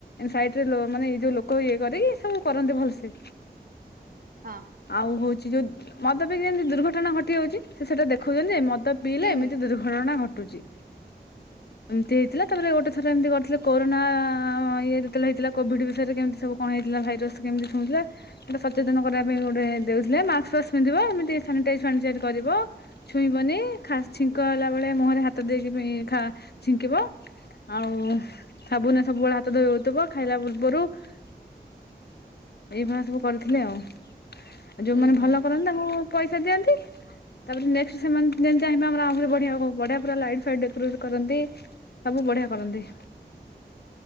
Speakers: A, on the left; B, on the right.
A: ସାଇଟ ରେ ଲୋ ମାନେ ଏଇ ଯୋଉ ଲୋକ ଇଏ କରରେି ଏ ସବୁ କରନ୍ତି ଭଲସେ।
B: ହଁ।
A: ଆଉ ହଉଚି ଯୋଉ ମଦ ପିକ ଯେମିତି ଦୁର୍ଘଟଣା ଘଟି ଯାଉଚି ସେ ସେଇଟା ଦେଖଉଚନ୍ତି ଯେ ଏ ମଦ ପିଲେ
B: ହୁଁ
A: ଏମିତି ଦୁର୍ଘଟଣା ଘଟୁଚି। ଏମିତି ହେଇଥିଲା ତାପରେ ଗୋଟେ ଥର ଏମିତି କରିଥିଲେ କୋନା ଇଏ ଯେତବେଳେ ହେଇଥିଲା କୋଭିଡ ବିଷୟରେ କେମିତି ସବୁ କଣ ହେଇଥିଲା ଭାଇରସ କେମିତି ଶୁଉଥିଲା ଗୋଟେ ସଚେତନ କରିବା ପାଇଁ ଗୋଟେ ଦେଉଥିଲେ ମାସ ଫାସ ପିନ୍ଧିବ ଏମିତି ସାନିଟାଈଜ ଫାନିଟାଇଜ କରିବ। ଛୁଇଁବନି ଛିଙ୍କ ହେଲା ବେଳେ ମୁହଁରେ ହାତ ଦେଇକି ଛିଙ୍କିବ। ଆଉ ସାବୁନ ସବୁବେଳେ ହାତ ଧୋଇ ହଉଥିବ ଖାଇଲା ପୂର୍ବରୁ। <unintelligible> ଏଇଭଳିଆ ସବୁ କରିଥିଲେ ଆଉ ଆଉ ଯୋଉମାନେ
B: ହୁଁ ହୁଁ
A: ଭଲ କରନ୍ତି ତାଙ୍କୁ ପଇସା ଦିଅନ୍ତି। ତାପରେ ନେକ୍ସଟ ସେମାନେ ଯେମିତି ଚାହିଁବେ ଆମର ଆହୁରି ବଢ଼ିଆ ହୋଉ। ବଢିଆ ପୁରା ଲାଇଟ ଫଫାଇଟ ଡେକୋରେଟ କରନ୍ତି। ସବୁ ବଢିଆ କରନ୍ତି।